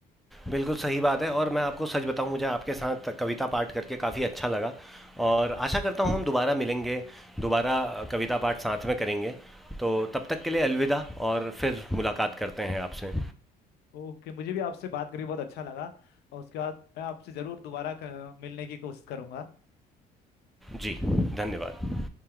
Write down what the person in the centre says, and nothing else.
बिल्कुल सही बात है और मैं आपको सच बताऊं मुझे आपके साथ कविता पाठ करके काफ़ी अच्छा लगा और आशा करता हूं हम दोबारा मिलेंगे दोबारा कविता पाठ साथ में करेंगे तो तब तक के लिए अलविदा और फिर मुलाकात करते हैं आपसे
जी धन्यवाद